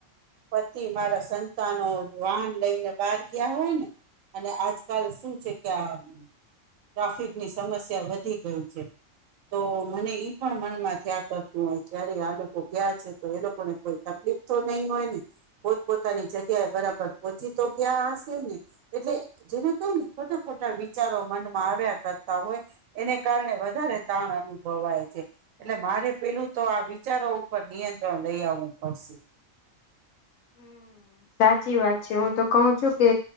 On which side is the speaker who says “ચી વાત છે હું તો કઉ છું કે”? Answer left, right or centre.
Left